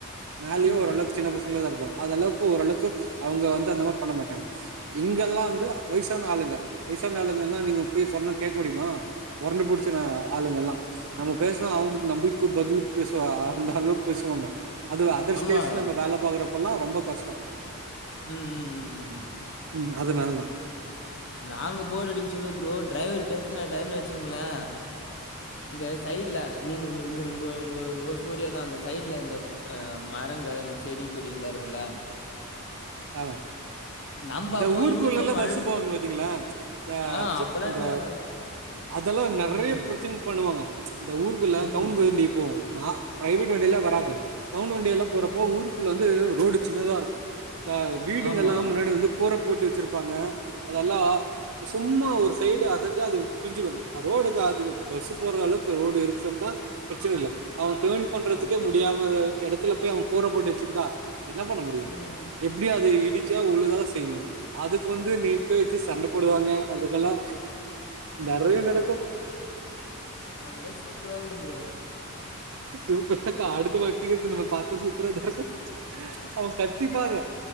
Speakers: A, on the right (about 70°); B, on the left (about 55°).
A: மேலையு
B: ஆமா
A: ஓரளவுக் சின்ன பசங்களதா இருப்போ அந்தளவுக்கு ஓரளவுக்கு அவுங்க வந்து அந்த மாரி பண்ண மாட்டாங்க இங்கெல்லா வந்து வயசான ஆளுங்க வயசான ஆளுங்கன்னா நீங்க போய் சொன்னா கேக்க முடியுமா மொரண்டு புடிச்சன ஆளுங்கள்லா நம்ம பேசுனா அவுங்களுக்கு நம்பளுக்கு பதில் பேசுவா அந்தளவுக்கு பேசுவாங்க அது அதர்
B: ஆமா
A: ஸ்டேஸ்ல நம்ம வேல பாக்குறப்பல்லா ரொம்ப கஷ்டோ
B: ம் ம் ம் ம்
A: ம் அதனால தா
B: நாங்க போர் அடிக்கசொல்ல ப்ரோ டிரைவர் டென்ஷனாயிட்டருன்னு வச்சீங்களே இந்த சைட்ல நீங்க உங்க உங்க உங்க உங்க ஸ்டோரியா தா அந்த சைட்ல இந்த ஆ மரங்க இந்த செடி கொடிங்கள்லா இருக்குல்ல
A: ஆமா
B: நம்ப
A: இந்த
B: அப்போ
A: ஊருக்குள்ளல்லா
B: யூனிஃபார்ம் அழுக்கு
A: பஸ்ஸு போவு பாத்தீங்களா இந்த
B: ஆ
A: <unintelligible>
B: அப்பல்லா
A: அந்த
B: எங்கள
A: அதெல்லா நெறைய
B: ம்
A: பிரச்சன பண்ணுவாங்க இந்த ஊருக்குள்ளா
B: ம்
A: டவுன் வண்டி போவு நா பிரைவேட் வண்டிலா வராது டவுன் வண்டியெல்லா போறப்போ
B: ம் ம்
A: ஊருக்குல வந்து ரோடு சின்னதா இருக்கு இந்த வீடுங்கல்லா
B: ஆமா
A: முன்னாடி வந்து கூர போட்டு வச்சிருப்பாங்க அதெல்லா சும்மா ஒரு சைடு அசஞ்சா அது <unintelligible> ரோடுக்கு அதுக்கு பஸ்ஸு போற அளவுக்கு ரோடு இருக்கும்னா பிரச்சன இல்ல அவன் டென் பண்றதுக்கே
B: ஆமா
A: முடியாம எ எடத்துல போயி அவே கூர போட்டு வச்சிருந்தா என்ன பண்ண முடியு
B: ம் ம்
A: இப் முடியாது இடிச்சா ஒழுகதா செய்யு அதுக்கு வந்து நீ
B: ஆ
A: பேச்சு சண்ட போ போடுவாங்க அதுக்கல்லா நெறையா நடக்கு
B: அதெல்லா சூப்பரா இருக்கு ப்ரோ
A: சூப்பரா இக்கு அடுத்த மாட்டிக்கிறது நம்ம பாத்தா சூப்பராதா இக்கு அவே கத்திப்பாங்க